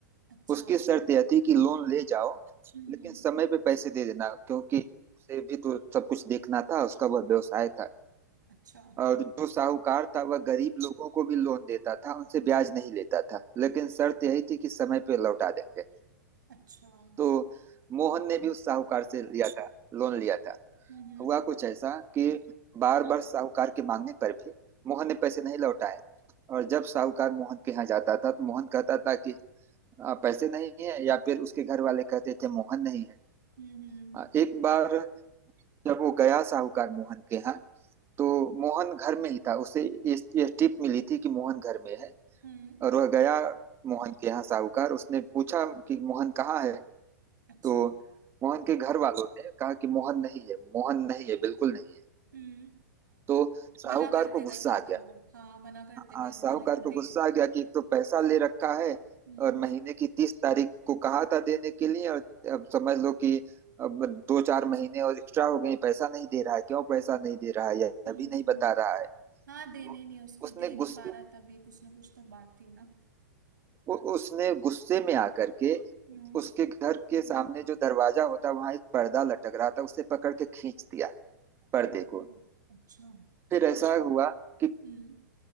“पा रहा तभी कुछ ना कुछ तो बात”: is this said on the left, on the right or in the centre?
Right